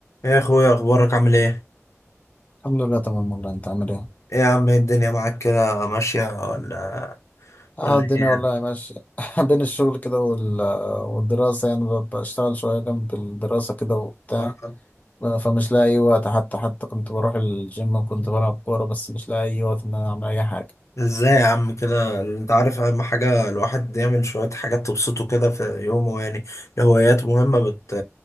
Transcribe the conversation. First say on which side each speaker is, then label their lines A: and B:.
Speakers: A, on the left; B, on the left.
A: ايه يا اخويا اخبارك عامل ايه
B: الحمد لله تمام والله انت عامل ايه؟
A: ايه يا عم إيه الدنيا معاك كده ماشية ولا
B: اه
A: ولا
B: الدنيا
A: ايه
B: والله ماشية <laughs> بين الشغل كده وال... والدراسة يعني ب- بشتغل شوية جنب الدراسة كده وبتاع
A: <laughs>
B: فمش لاقي أي وقت حتى حتى كنت بروح الجيم وكنت بلعب كورة بس مش لاقي أي وقت إن أنا أعمل أي حاجة
A: ازاي يا عم كده انت عارف اهم حاجة الواحد يعمل شوية حاجات تبسطه كده في يومه يعني الهوايات مهمة بت...